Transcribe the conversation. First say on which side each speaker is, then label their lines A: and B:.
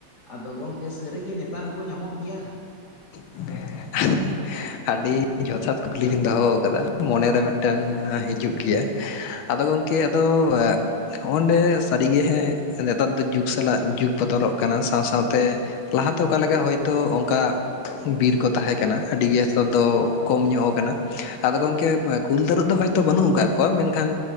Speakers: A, on the left; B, on the left.
A: ᱟᱫᱚ ᱜᱚᱝᱠᱮ ᱥᱟᱹᱨᱤᱜᱤ ᱱᱮᱛᱟᱨ ᱦᱚᱸᱠᱚ ᱧᱟᱢᱚᱜ ᱜᱮᱭᱟ
B: <unintelligible> ᱟᱹᱰᱤ ᱡᱚᱛᱷᱟᱛ ᱠᱩᱠᱞᱤ ᱵᱤᱱ ᱫᱚᱦᱚ ᱟᱠᱟᱫᱟ ᱢᱚᱱᱮᱨᱮ ᱢᱤᱫᱴᱮᱱ ᱦᱤᱡᱩᱜ ᱜᱮᱭᱟ ᱟᱫᱚ ᱜᱚᱝᱠᱮ ᱟᱫᱚ ᱦᱚᱸᱜᱼᱰᱮ ᱥᱟᱹᱨᱤᱜᱮ ᱦᱮᱸ ᱱᱮᱛᱟᱨ ᱫᱚ ᱡᱩᱜᱽ ᱥᱟᱞᱟᱜ ᱡᱩᱜᱽ ᱵᱚᱫᱚᱞᱚᱜ ᱠᱟᱱᱟ ᱥᱟᱶ ᱥᱟᱶᱛᱮ ᱞᱟᱦᱟ ᱛᱮ ᱚᱠᱟ ᱞᱮᱠᱟ ᱦᱳᱭᱛᱳ ᱚᱱᱠᱟ ᱵᱤᱨ ᱠᱚ ᱛᱟᱦᱮᱸ ᱠᱟᱱᱟ ᱟᱹᱰᱤ ᱜᱮ ᱥᱚᱫᱫᱚ ᱠᱚᱢ ᱧᱚᱜ ᱟᱠᱟᱱᱟ ᱟᱫᱚ ᱜᱚᱝᱠᱮ ᱠᱩᱞ ᱛᱟᱹᱨᱩᱵ ᱫᱚ ᱦᱳᱭᱛᱚ ᱵᱟᱹᱱᱩᱜ ᱟᱠᱟᱫ ᱠᱚᱣᱟ ᱢᱮᱱᱠᱷᱟᱱ